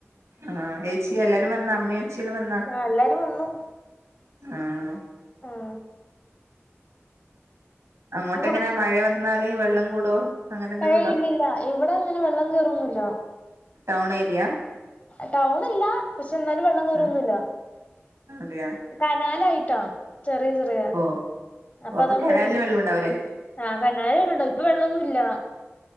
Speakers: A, on the right; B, on the left.
A: ആഹ് ഏച്ചീം എല്ലാരും വന്നാ അമ്മേം അച്ചേം എല്ലാം വന്നാ
B: ആഹ് എല്ലാരും വന്നു
A: ആഹ്
B: ഉം
A: അങ്ങോട്ടെങ്ങനാ
B: ഇന്ന് ഫുൾ
A: മഴ വന്നാല് വെള്ളം കൂടോ? അങ്ങനെ എന്തെങ്കിലും
B: ഏയ്
A: ഉണ്ടോ
B: ഇല്ലില്ല ഇവടെ അങ്ങനെ വെള്ളം കേറൊന്നൂല്ല
A: ടൗണ് ഏരിയാ?
B: ടൗണ് അല്ല പക്ഷെ എന്നാലും വെള്ളം കേറൊന്നൂല്ല
A: ഉം അതെയാ
B: കനാലായിട്ടാ ചെറിയ ചെറിയ
A: ഓ
B: അപ്പൊ
A: ഓ
B: അതോണ്ട്
A: കെനാലില്
B: വെല്ല്യ
A: വെള്ളം ഉണ്ടാവൂലേ
B: ആഹ് കനായ ഉ ള്ളു ട്ടൊ ഇപ്പ വെള്ളൊന്നൂല്ല